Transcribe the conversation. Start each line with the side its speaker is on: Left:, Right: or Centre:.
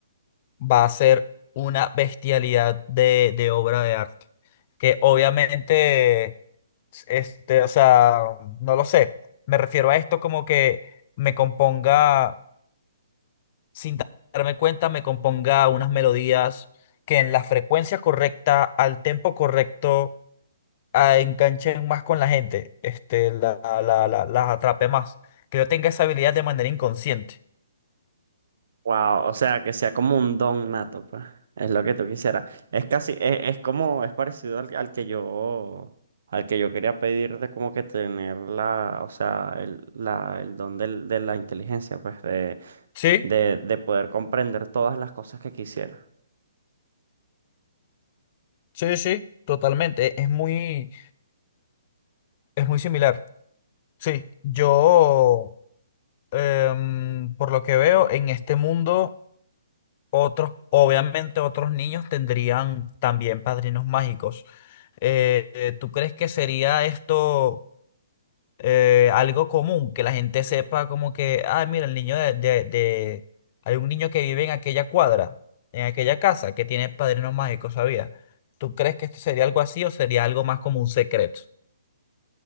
Left: va a ser una bestialidad de, de obra de arte, que obviamente Este, o sea, no lo sé. Me refiero a esto como que me componga, sin darme cuenta, me componga unas melodías que en la frecuencia correcta, al tempo correcto, ah, enganchen más con la gente. Este, la, la, la- las atrape más. Que yo tenga esa habilidad de manera inconsciente.
Right: Wow, o sea, que sea como un don nato, pues. Es lo que tú quisieras. Es casi, es, es como, es parecido al, al que yo, al que yo quería pedir de como que tener la, o sea, el, la, el don del- de la inteligencia, pues, de,
Left: Sí,
Right: de, de poder comprender todas las cosas que quisiera.
Left: sí, sí, totalmente. Es muy, es muy similar. Sí, yo, em, por lo que veo, en este mundo. Otros, obviamente otros niños tendrían también padrinos mágicos. Eh, eh, ¿tú crees que sería esto eh, algo común? Que la gente sepa como que, ah, mira, el niño de, de, de- Hay un niño que vive en aquella cuadra, en aquella casa, que tiene padrinos mágicos, ¿sabía? ¿Tú crees que esto sería algo así o sería algo más como un secreto?